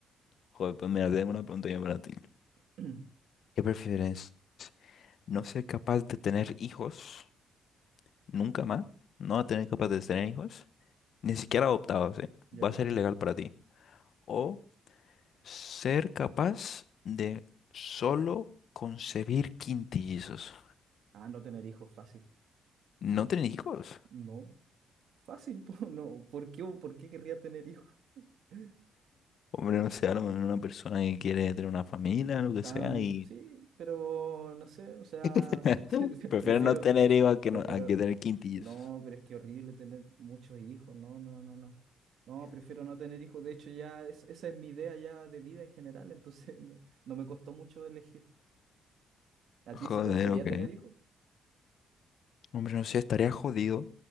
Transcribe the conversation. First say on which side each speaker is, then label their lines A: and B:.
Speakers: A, on the left (about 60°); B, on the right (about 70°).
A: Joder, pues mira, tengo una pregunta yo para ti.
B: <clears throat>
A: ¿Qué prefieres? ¿No ser capaz de tener hijos nunca más? ¿No tener capaz de tener hijos? Ni siquiera adoptados, ¿eh?
B: ¿Ya?
A: Va a ser ilegal para ti. O Ser capaz de solo concebir quintillizos.
B: Ah, no tener hijos, fácil.
A: No tener hijos.
B: No, fácil, <laughs> po, no. ¿Por qué, por qué querría tener hijos? <laughs>
A: Hombre, no sé, a lo mejor una persona que quiere tener una familia, lo que
B: Tan,
A: sea, y
B: sí, pero no sé, o sea,
A: <laughs>
B: <laughs>
A: prefiere
B: prefiero,
A: no tener hijos a que,
B: prefiero.
A: no- a que tener quintillizos.
B: No, pero es que horrible tener muchos hijos. No, no, no, no. No, prefiero no tener hijos. De hecho, ya es- esa es mi idea ya de vida en general. Entonces, <laughs> no, no me costó mucho elegir. ¿A
A: Joder,
B: ti sí te gustaría
A: ok.
B: tener hijos?
A: Hombre, no sé, estaría jodido.